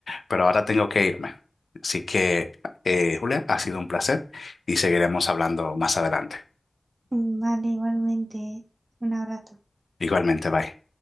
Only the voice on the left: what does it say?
pero ahora tengo que irme. Así que, eh, Julia, ha sido un placer y seguiremos hablando más adelante.
Igualmente, bye.